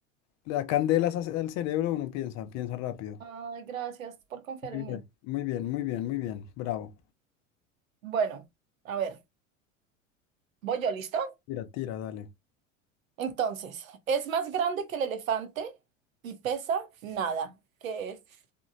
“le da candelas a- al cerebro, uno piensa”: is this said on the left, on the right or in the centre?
Left